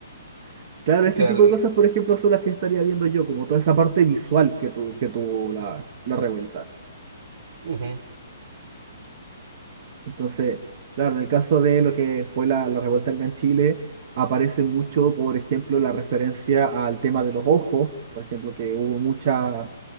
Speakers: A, on the right; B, on the right.
A: <laughs> claro, ese
B: Claro,
A: tipo de
B: y-
A: cosas, por ejemplo, son las que estaría viendo yo, como toda esa parte visual que, tu, que tuvo la, la revuelta.
B: ujú,
A: Entonces, claro, en el caso de lo que fue la, la revuelta acá en Chile, aparece mucho, por ejemplo, la referencia al tema de los ojos, por ejemplo, que hubo mucha